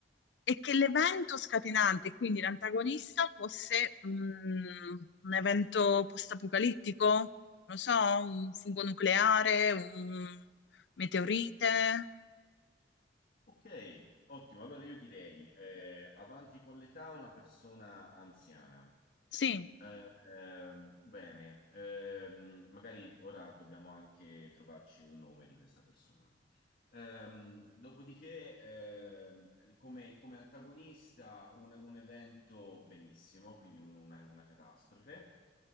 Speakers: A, on the left; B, on the left.
A: E che l'evento scatenante, quindi l'antagonista, fosse mm, un evento post-apocalittico, non lo so, un fungo nucleare, un meteorite.
B: Ok, ottimo. Allora io direi, eh, avanti con l'età, una persona anziana.
A: Sì,
B: Eh, ehm, bene, ehm, magari ora dobbiamo anche trovarci un nome di questa persona. Ehm, dopodiché, ehm, come, come antagonista, un, un evento benissimo, quindi un- una, una catastrofe.